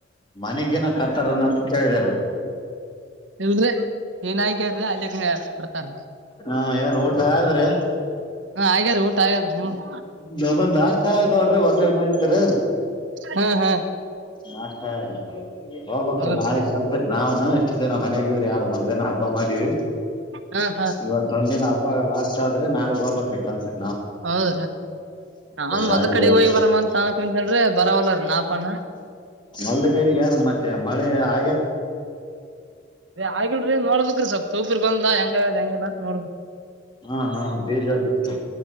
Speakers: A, on the left (about 25°); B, on the right (about 75°).
A: ಮನೆಗನ ತರ್ತಾರನಂತ ಕೇಳಿದಾರೆ
B: ಹೇಳಲ್ ಏನಯ್ಕ್ಯಾರೀ ಅಲ್ಲಿ ಬರ್ತಾರ
A: ಹಾ ನ್ ಊಟ ಆದ್ರೆ
B: ಹಾ ಆಗ್ಯಾರ ಊಟ ಆಗ್ಯಾದ್ರಿ ನಿಮ್ದ್
A: ನ ಬಂದ ನಾಷ್ಟ ನೋಡ್ರ ಒಗ್ಗಡೆ ಮಾಡಿದಾರ
B: ಹಾ ಹಾ
A: ನಾಷ್ಟರಿ ಹೋಗ್ಕ್
B: ಹೌದ
A: ರೀ ನಾಳೆ ಕೆಲ್ಸಕ್ ನಾವ್ ಇಷ್ಟು ದಿನ ಮನಯಾಗರಿ ಎರಡ್ ಮೂರ್ ದಿನ ಹಬ್ಬ ಮಾಡಿವಿ
B: ಹಾ ಹಾ
A: ಇವತ್ತೊಂದ ದಿನ ಹಬ್ಬ ಇವಾಗ ಲಾಸ್ಟ್ ಆದ್ರ ನಳಗ್ ಹೋಗಬೇಕ ರೀ ಕಲ್ಸಕ್ಕೆ
B: ಹೌದ ನನ್
A: ಗಾಡಿಗೆ
B: ಒಂದ್ ಕಡೆಗ್
A: ಹೋಗ
B: ಹೋಗಿ ಬರ ಅ ತಾನಕ್ ಅಂತ್ರಿ ಬರವಲ್ಲರ ನಾಪಾನ
A: ಮಲ್ದ ಕಡೆಗೆ ಮತ್ತೆ ಮಳೆ ಆ
B: ರ ಆಗಲ್ನೋಡ್ಬೇಕ್ರಿ ಸ್ವಲ್ ತೂಪರಿ ಬಂದ ಹೆಂಗ ಹೆಂಗ ಎಲ್ಲ ನೋಡ್ಬೇಕು
A: ಹಾ ಹಾ ಬೀಜ ಬಿತ್ತ